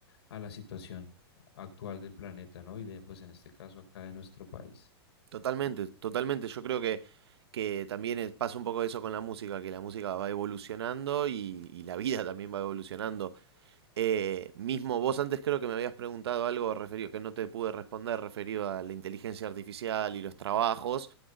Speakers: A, on the left; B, on the right.
A: a la situación actual del planeta, ¿no? Y de pues en este caso acá de nuestro país.
B: Totalmente, totalmente. Yo creo que, que también es- pasa un poco eso con la música, que la música va evolucionando y, y la vida también va evolucionando. Eh, mismo vos antes creo que me habías preguntado algo referido que no te pude responder referido a la inteligencia artificial y los trabajos.